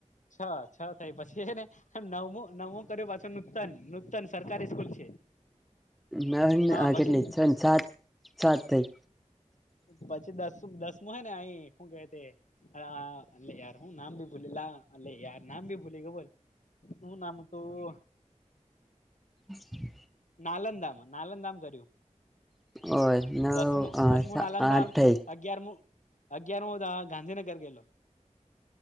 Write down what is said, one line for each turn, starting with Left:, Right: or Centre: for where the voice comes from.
Left: છ છ થાય પછી એને નવમું નવમું કર્યું પાછળ. નતન નૂતન સરકારી સ્કૂલ છે
Centre: ના
Left: હા
Centre: આ
Left: પછી
Centre: કેટલી છે ને સાત
Left: હા
Centre: સાત થઈ
Left: પછી દસ દસમું હે ને અહી શું કે તે હા અ ાર હ નામ ભી ભૂલીલા અલ્ ાર નામ ભી ભૂલી ગ બોલ શું નામ હતું
Centre: હમ
Left: નાલધામ નાલંદધામ કર્યું
Centre: એવું નવ
Left: દસમું દસમું નાલંદધામ
Centre: આઠ થઈ
Left: અગિયાર મુ અગિયાર મુ તો ગાંધીનગર ગેલો